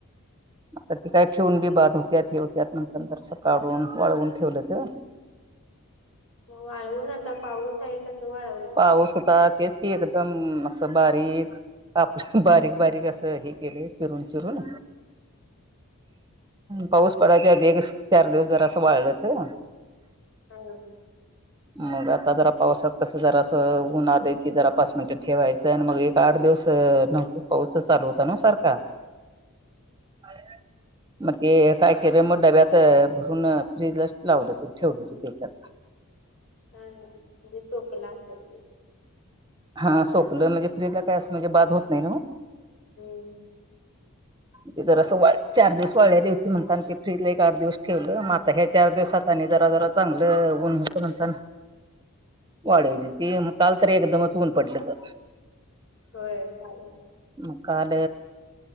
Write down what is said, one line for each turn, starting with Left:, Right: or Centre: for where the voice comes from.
Right: आता ती काय ठेवून बी बाध होत्यात हे वत्यात म्हणताना जरासं काढून वाळवून ठेवलं त.
Left: मग वाळवून आता पाऊस आहे कसं वाळ
Right: पाऊस होता तेच एकदम असं बारीक काप बारीक बारीक असं हे केलय चिरून चिरून पाऊस पडायच्या आधी एक चार दिवस जरासं वाळलं त
Left: हा.
Right: मग आता जरास पावसात कसं ऊन आलं की जरा पाच मिनिटं ठेवायचं आणि मग आठ दिवस नव्हत पाऊस चालू होता नव्ह सारखा <inaudible> मग ते काय केलं मग डब्यात भरून फ्रीजलाच लावलं ठेवलंत तेच्यात.
Left: हा हा म्हणजे सोकला असेल ते.
Right: हा सोकलं म्हणजे फ्रीजला काय असं म्हणजे बाद होत नाही न्हवं?
Left: हम्म्म्म
Right: <inaudible> जरासं वा चार दिवस वाळलेली होती म्हणताना आणि ते फ्रीज ला एक आठ दिवस ठेवलं मा आता ह्या चार दिवसात आणि जरा जरा चांगलं ऊन होतं म्हणतान वाळीवली ती म काल तर एकदमच ऊन पडलंतं
Left: होय चालेल
Right: म काल